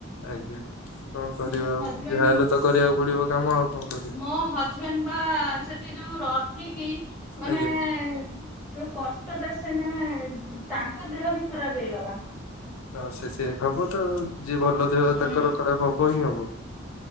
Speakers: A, on the left; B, in the centre.
A: ଆଜ୍ଞା କଣ କରିବା
B: ମୋ
A: ଆଉ
B: ହଜବେଣ୍ଡ
A: ଯାହା ହେଲେ ତ କରିବାକୁ ପଡିବ କାମ ଆଉ କଣ କରିବା।
B: ମୋ ହଜବେଣ୍ଡ ପା ସେଠି ଯୋଉ ରହି କି ମାନେ
A: ଆଜ୍ଞା
B: ଯୋଉ କ କଷ୍ଟ ଟା ସେମାନେ ତାଙ୍କ ଦେହ ବି ଖରାପ ହେଇଗଲା।
A: ଆ ସେ ସେଏ ହବତ ଯିଏ ଭଲ ଦେହ
B: ହୁଁ
A: ତାଙ୍କର ଖରାପ ହବ ହିଁ ହବ।